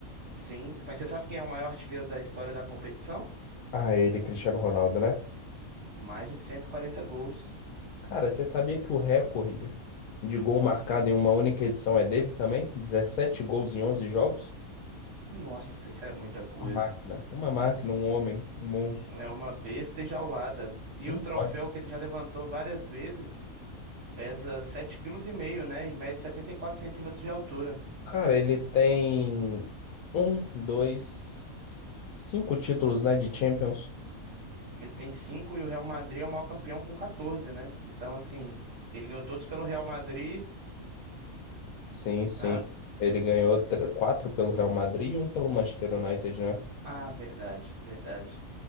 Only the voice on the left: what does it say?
Ah, ele, Cristiano Ronaldo, né?
Cara, você sabia que o recorde de gol marcado em uma única edição é dele também? 17 gols em 11 jogos?
Uma máquina. Uma máquina, um homem, um monstro.
Como
pode?
Cara, ele tem um, dois, cinco títulos, né, de Champions.
Sim, sim.
Ele ganhou tre- quatro pelo Real Madrid e um pelo Manchester United, né?